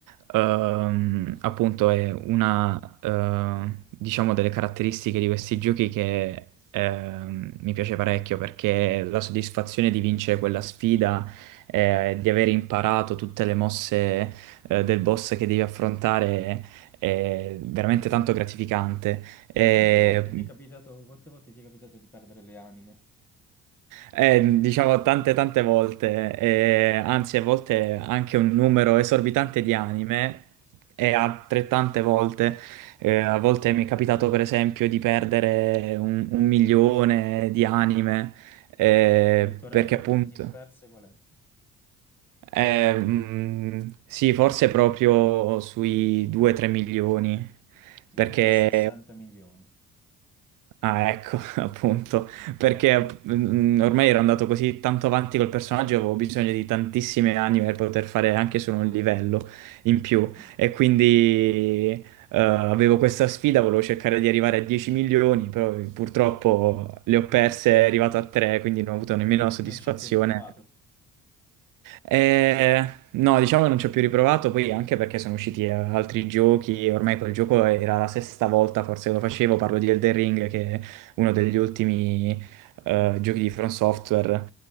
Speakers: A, on the right (about 55°); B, in the centre.
A: ehm, appunto è una, eh, diciamo, delle caratteristiche di questi giochi che ehm, mi piace parecchio perché la soddisfazione di vincere quella sfida, eh, di aver imparato tutte le mosse, eh, del boss che devi affrontare è veramente tanto gratificante. E
B: Quante volte ti è capitato, quante volte ti è capitato di perdere le anime?
A: Eh, diciamo tante tante volte, eh, anzi a volte anche un numero esorbitante di anime e altrettante volte, eh, a volte mi è capitato per esempio di perdere un, un milione di anime eh,
B: Il tuo record
A: perché appunto,
B: di anime perse qual è?
A: eh, mm, sì, forse proprio sui 2-3 milioni
B: Il
A: perché
B: mio è 60 milioni.
A: Ah, ecco, <laughs> appunto, perché mm, ormai ero andato così tanto avanti col personaggio, avevo bisogno di tantissime anime per poter fare anche solo un livello in più
B: Mm.
A: e quindi eh, avevo questa sfida, volevo cercare di arrivare a 10 milioni, però purtroppo le ho perse, è arrivato a 3, quindi non ho avuto nemmeno la
B: E
A: soddisfazione.
B: non ci è più riprovato.
A: Eh, no, diciamo che non ci ho più riprovato, poi anche perché sono usciti eh, altri giochi, ormai quel gioco era la sesta volta
B: Mm.
A: forse che lo facevo, parlo di Elden Ring che è uno degli ultimi eh,
B: Mm.
A: giochi di From Software.